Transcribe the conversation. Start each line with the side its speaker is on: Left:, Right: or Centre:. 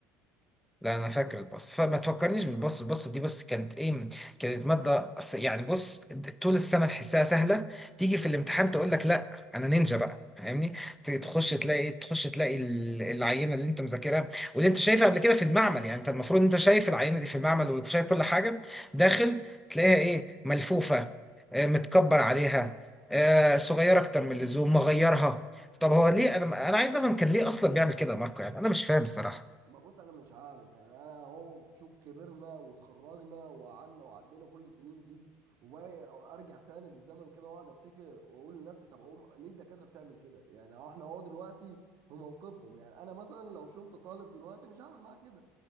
Centre: لا انا فاكر الباص فما تفكرنيش بالباص الباص دي بس كانت ايه كانت ماده أص- يعني بص طول السنه تحسها سهله تيجي في الامتحان تقول لك لا انا نينجا بقى فاهمني ت- تخش تلاقي تخش تلاقي ال- العينه اللي انت مذاكرها واللي انت شايفها قبل كده في المعمل يعني انت المفروض انت شايف العينه دي في المعمل وشايف كل حاجه داخل تلاقيها ايه ملفوفه آه، متكبر عليها آه، صغيره اكتر من اللزوم مغيرها طب هو ليه انا انا عايز افهم كان ليه اصلا بيعمل كده يا ماركو يعني انا مش فاهم الصراحه
Right: ما بص انا مش عارف يعني انا اهو شوف كبرنا وتخرجنا وقعدنا وعدينا كل السنين دي وباقي- وارجع تاني بالزمن كده واقعد افتكر واقول لنفسي طب اقوم ليه الدكاتره بتعمل كده يعني اهو احنا اهو دلوقتي في موقفهم يعني انا مثلا لو شفت طالب دلوقتي مش هعمل معاه كده